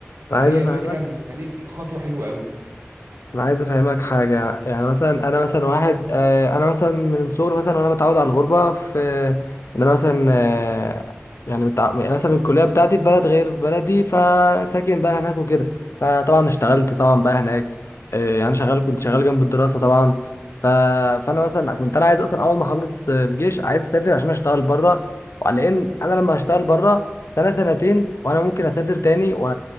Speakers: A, on the left; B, on the right.
A: انا
B: فهي
A: عايز افهمك
B: الفكره ان الخليج خطوه حلوه قوي
A: انا عايز افهمك حاجه يعني مثلا انا مثلا واحد آه، انا مثلا من صغري مثلا وانا متعود على الغربه في ان انا مثلا آه، يعني متع... يعني مثلا الكليه بتاعتي في بلد غير بلدي فساكن بقى هناك وكده فطبعا اشتغلت طبعا بقى هناك آه، يعني شغال كنت شغال جنب الدراسه طبعا ف... فانا مثلا كنت انا عايز اصلا اول ما اخلص آه، الجيش عايز اسافر عشان اشتغل بره لان انا لما هشتغل بره سنه سنتين وانا ممكن اسافر تاني و...